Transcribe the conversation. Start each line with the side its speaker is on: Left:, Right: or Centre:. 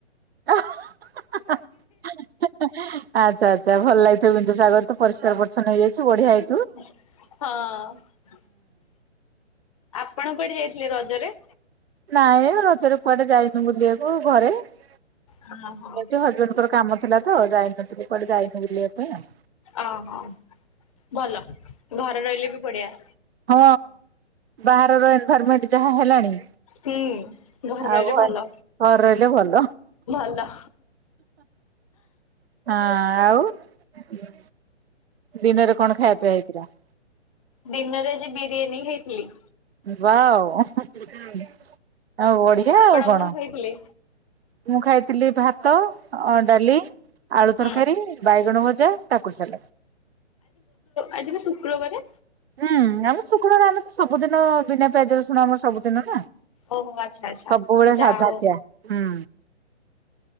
Right: ହା ହା ହା ହା ହା ହା ଆଚ୍ଛା ଆଚ୍ଛା ଭଲ ଲାଗିଥିବ ବିନ୍ଦୁ ସାଗର ତ ପରିସ୍କାର ପରିଚ୍ଛନ୍ନ ହେଇଯାଇଛି ବଢିଆ ହେ
Left: ହଁ। ଆପଣ କୁଆଡ଼େ ଯାଇଥିଲେ ରଜରେ?
Right: ନାଇଁ ରଜରେ କୁଆଡେ ଯାଇନୁ ବୁଲିବାକୁ ଘରେ। ଏମତି
Left: ହଁ ହଁ
Right: ହଜବେଣ୍ଡଙ୍କର କାମ ଥିଲା ତ ଯାଇନଥିଲୁ କୁଆଡେ ଯାଇନୁ ବୁଲିବା ପାଇଁ ଆଉ।
Left: ଓହୋ ଭଲ ଘରେ ରହିଲେ ବି ବଢିଆ।
Right: ହଁ ବାହାରର ଏନଭାରମେଣ୍ଟ ଯାହା ହେଲାଣି।
Left: ହୁଁ ଘରେ
Right: ଆଉ
Left: ରହିଲେ
Right: ଘ
Left: ଭଲ।
Right: ଘରେ ରହିଲେ ଭଲ
Left: ଭଲ।
Right: ହଁ ଆଉ ଦିନରେ କଣ ଖାଇବା ପିଆ ହେଇଥିଲା?
Left: ଦିନରରେ ଆଜି ବିରିୟାନୀ ଖାଇଥିଲି।
Right: ବା ଆଉ ବଢିଆ
Left: ଆପଣ
Right: ଆଉ କଣ।
Left: ଖାଇଥିଲେ?
Right: ମୁଁ ଖାଇଥିଲି ଭାତ ଅ ଡାଲି ଆଳୁ
Left: ହୁଁ
Right: ତରକାରୀ ବାଇଗଣ ଭଜା କାକୁଡି ସାଲାଟ।
Left: ଆଜିି ପା ଶୁକ୍ରବାରେ।
Right: ହୁଁ ଆମ ଶୁକ୍ରବାର ଦିନ ତ ସବୁଦିନ ବିନା ପିଆଜ ରସୁଣ ଆମର ସବୁଦିନ ନା।
Left: ଓହୋ ଆଚ୍ଛା ଆଚ୍ଛା।
Right: ସବୁବେଳେ
Left: ଯା
Right: ସାଧା
Left: ହଉ
Right: ଖିଆ ହୁଁ।